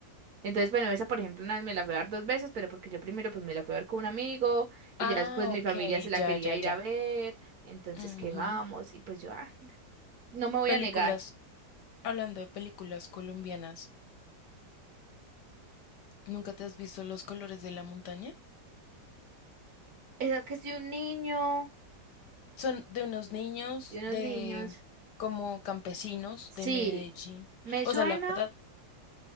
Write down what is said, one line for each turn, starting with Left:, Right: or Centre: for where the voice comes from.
Right: Entonces, bueno, esa por ejemplo una vez me la fui a ver dos veces, pero porque yo primero pues me la fui a ver con un amigo y
Left: Ah,
Right: ya después mi
Left: ok.
Right: familia se la
Left: Ya,
Right: quería
Left: ya,
Right: ir
Left: ya.
Right: a ver, entonces
Left: Ujú.
Right: que vamos y pues yo ah, no me voy
Left: Películas.
Right: a negar.
Left: Hablando de películas colombianas. ¿Nunca te has visto los colores de la montaña?
Right: esa que soy un niño
Left: Son de unos niños
Right: y unos
Left: de
Right: niños.
Left: como campesinos
Right: Sí,
Left: de Medellín.
Right: me
Left: O
Right: suena,
Left: sea, la verdad